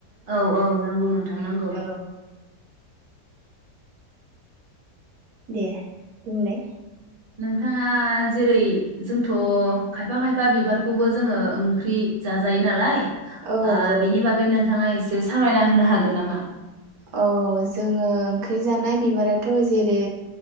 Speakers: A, on the right; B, on the right.
A: औ-औ नांगौ नोंथां नांगौ
B: औ दे बुंलाय
A: नोंथाङा जेरै जोंथ' खायफा-खायफा बिबारखौबो जोङो ओंख्रि जाजायो नालाय
B: औ
A: ओ
B: औ
A: बिनि बागै नोंथाङा एसे सावरायना होनो हागोन नामा
B: औ जोङो ओंख्रि जानाय बिबाराथ' जेरै